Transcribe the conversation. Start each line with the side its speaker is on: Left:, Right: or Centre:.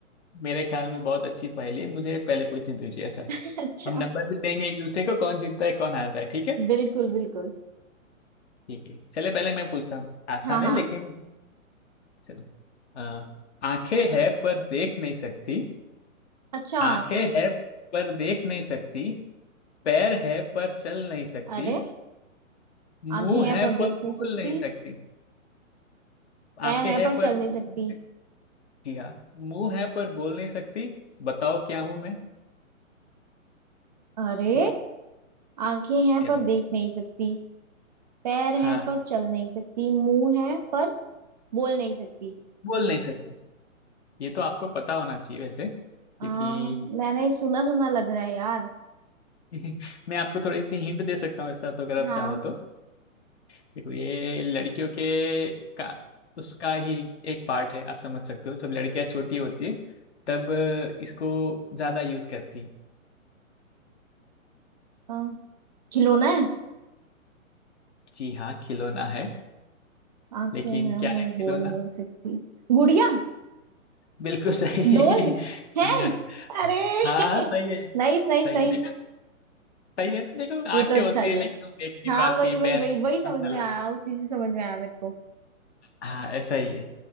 Left: मेरे ख्याल में बहुत अच्छी पहेली है मुझे पहले पूछनी दीजिए ऐसा है
Right: <laughs> अच्छा
Left: हम नंबर भी देंगे एक दूसरे को कौन जीतता है कौन हारता है ठीक है
Right: बिल्कुल बिल्कुल
Left: ठीक है चले पहले मैं पूछता हूँ आसान
Right: हाँ हाँ
Left: है लेकिन चलो अ, आंखें है पर देख नहीं सकती
Right: अच्छा
Left: आंखें है पर देख नहीं सकती पैर है पर चल नहीं सकती
Right: अरे
Left: मुंह
Right: आंखें हैं
Left: है
Right: पर देख
Left: पर
Right: नहीं
Left: बोल
Right: सकती
Left: नहीं सकती
Right: पैर
Left: आंखें
Right: हैं
Left: है
Right: पर
Left: पर
Right: चल
Left: देख
Right: नहीं सकती
Left: नहीं सकती जी हाँ मुंह है पर बोल नहीं सकती बताओ क्या हूं मैं
Right: अरे
Left: छोड़
Right: आंखें हैं
Left: ये
Right: पर
Left: बस।
Right: देख नहीं सकती पैर
Left: हाँ
Right: हैं पर चल नहीं सकती मुंह है पर बोल नहीं सकती
Left: बोल नहीं सकती ये तो आपको पता होना चाहिए वैसे क्योंकि
Right: हाँ मैंने सुना सुना लग रहा है यार
Left: <laughs> मैं आपको थोड़ी सी हिंट दे सकता हूँ ऐसा तो अगर आप
Right: हाँ
Left: चाहो तो देखो ये लड़कियों के का उसका ही एक पार्ट है आप समझ सकते हो जब लड़कियां छोटी होती है तब इसको ज्यादा यूज करती
Right: हाँ, खिलौना है
Left: जी हाँ खिलौना है
Right: आंखें
Left: लेकिन
Right: हैं
Left: क्या
Right: पर
Left: है खिलौना
Right: बोल नहीं सकती गुड़िया
Left: बिल्कुल सही
Right: डोल
Left: <laughs>
Right: है
Left: बढ़िया
Right: अरे
Left: हाँ
Right: <laughs>
Left: हाँ, सही है
Right: Nice nice
Left: सही
Right: nice
Left: है देखो सही है ना देखो आंखें
Right: ये तो अच्छा
Left: होती
Right: गया
Left: है लेकिन हम देख नहीं
Right: हाँ
Left: पाती
Right: वही वही
Left: पैर
Right: वही
Left: है
Right: वही समझ
Left: हम
Right: में
Left: चला
Right: आया उसी से समझ में आया मेरे को
Left: हाँ ऐसा ही है